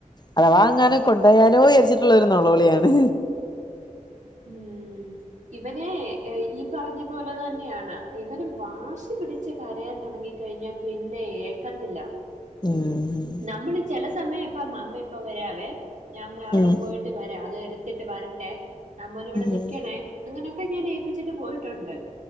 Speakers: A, on the left; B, on the right.
A: അഥവാ ങ്ങാനും കൊണ്ടയാലോ എര് ച്ച്ട്ട്ള്ളൊരു നൊളോളിയാണ്
B: ഉം ഇവനെ ഈപറഞ്ഞ പോലെ തന്നെയാണ് ഇവന് വാ ച്ചു പിടിച്ച് കരയാൻ തൊടങ്ങി കഴിഞ്ഞാ പിന്നെ ഏക്കത്തില്ല
A: ഉം
B: നമ്മള് ചെല സമയപ്പം അമ്മ ഇപ്പം വരാവെ ഞംഅവിടെ
A: ഉം
B: പോയി ട്ട് വരാ അത് എടുത്തിട്ട് വരട്ടെ അം മോന് ഇവടെ
A: ഉം
B: നിക്യണേ അങ്ങനെക്കെ ഞാന് ഏപിച്ചിട്ട് പോയ് റ്റൊണ്ട്